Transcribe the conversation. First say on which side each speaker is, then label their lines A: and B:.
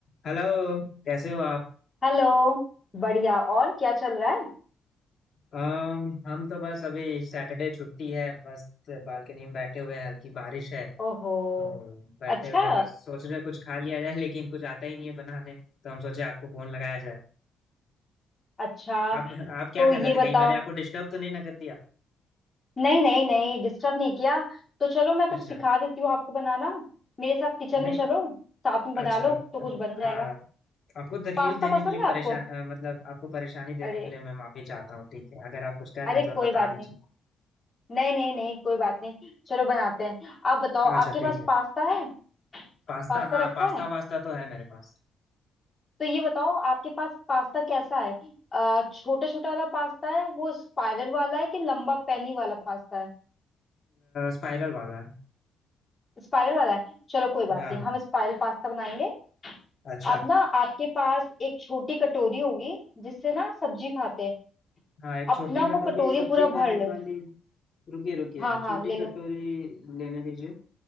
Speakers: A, on the left (about 50°); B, on the left (about 25°).
A: हेलो कैसे हो आप
B: Hello बढ़िया और क्या चल रहा है
A: अम, हम तो बस अभी सैटरडे छुट्टी है बस बालकनी में बैठे हुए हैं हल्की बारिश है
B: ओहो
A: तो बैठे
B: अच्छा
A: हुए हैं, बस सोच रहे हैं कुछ खा लिया जाए लेकिन कुछ आता ही नहीं है बनाने तो हम सोचे आपको फोन लगाया जाए
B: अच्छा
A: आप आप क्या
B: तो
A: कर
B: ये
A: रहे थे
B: बताओ
A: कहीं मैंने आपको डिस्टर्ब तो नहीं ना कर दिया
B: नहीं नहीं नहीं डिस्टर्ब नहीं किया तो चलो मैं कुछ
A: अच्छा
B: सिखा देती हूँ आपको बनाना मेरे साथ किचन
A: नहीं
B: में चलो साथ में बना
A: अच्छा
B: लो तो कुछ बन जाएगा
A: हाँ आपको तकलीफ
B: पास्ता
A: देने
B: पसंद
A: के लिए
B: है
A: परेशान
B: आपको
A: मतलब आपको परेशानी देने
B: अरे
A: के लिए मैं माफी चाहता हूँ ठीक है अगर आप कुछ कर
B: अरे
A: रहे हो तो
B: कोई
A: बता
B: बात
A: दीजिए
B: नहीं नहीं नहीं नहीं कोई बात नहीं चलो बनाते हैं आप बताओ
A: अच्छा
B: आपके
A: ठीक
B: पास
A: है
B: पास्ता है
A: पास्ता
B: पास्ता
A: हाँ
B: रखा
A: पास्ता
B: है
A: वास्ता तो है मेरे पास
B: तो ये बताओ आपके पास पास्ता कैसा है आ, छोटा छोटा वाला पास्ता है वो स्पाइरल वाला है कि लंबा पैनी वाला पास्ता है
A: स्पाइरल वाला
B: स्पाइरल वाला है चलो कोई बात
A: हाँ
B: नहीं हम स्पाइरल पास्ता बनाएंगे
A: अच्छा
B: आप ना आपके पास एक छोटी कटोरी होगी जिससे ना सब्जी खाते हैं
A: हाँ एक छोटी
B: अपना
A: कटोरी
B: वो कटोरी
A: सब्जी
B: पूरा
A: खाने
B: भर लो
A: वाली रुकिए रुकिए
B: हाँ हाँ
A: छोटी
B: ले लो
A: कटोरी लेने दीजिए